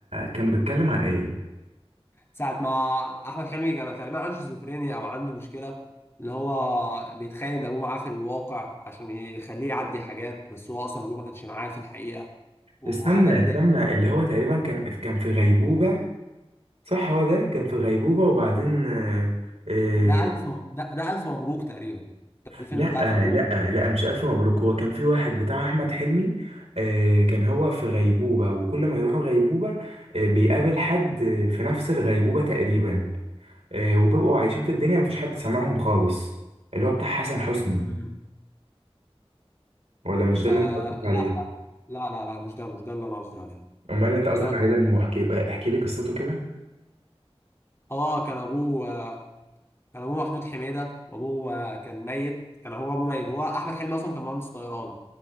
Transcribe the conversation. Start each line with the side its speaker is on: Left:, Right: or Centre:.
Right: كان بيتكلم عن ايه
Left: ساعه ما احمد حلمي كان تقريبا عنده شيزوفرينيا او عنده مشكله اللي هو بيتخيل ان ابوه معاه في الواقع عشان يخليه يعدي حاجات بس هو اصلا ابوه ما كانش معاه في الحقيقه و-
Right: استنى
Left: وحاجات
Right: استنى
Left: زي كده
Right: اللي هو تقريبا كان كان في غيبوبة صح هو ده كان في غيبوبة وبعدين آه آه
Left: ده الف ده, ده الف مبروك تقريبا ده الفيلم
Right: لا
Left: بتاع الف مبروك
Right: لا لا مش الف مبروك هو كان في واحد بتاع احمد حلمي آه كان هو في غيبوبة وكل ما يروحوا غيبوبة آه بيقابل حد في نفس الغيبوبة تقريبا آه وبيبقوا عايشين في الدنيا مفيش حد سامعهم خالص اللي هو بتاع حسن حسني
Left: مم.
Right: ولا مش ده
Left: آه
Right: اللي انت قصدك
Left: لا
Right: عليه
Left: لا لا لا لا مش ده مش ده اللي انا قصدي عليه
Right: امال اللي انت قصدك
Left: اللي انا
Right: عليه ده هو احكي احكي لي قصته كده
Left: هو كان ابوه آه، كان ابوه محمود حميده وابوه كان ميت كان هو ابوه ميت هو احمد حلمي اصلا كان مهندس طيران